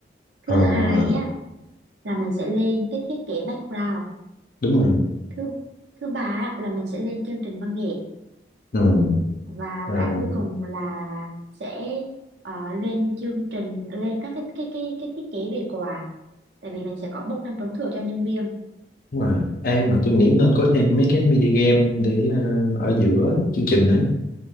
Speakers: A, on the right; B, on the left.
A: Thứ
B: à,
A: hai á là mình sẽ lên cái thiết kế background.
B: đúng rồi.
A: Thứ thứ ba á, là mình sẽ lên chương trình văn nghệ.
B: Ừ,
A: và
B: rồi,
A: cái cuối cùng là sẽ ờ, lên chương trình lên các cái cái cái cái thiết kế về quà tại vì mình sẽ có bốc thăm trúng thưởng cho nhân viên
B: đúng rồi. Ê, mà tôi nghĩ nên có thêm mấy cái mini game để ờ, ở giữa chương trình đấy.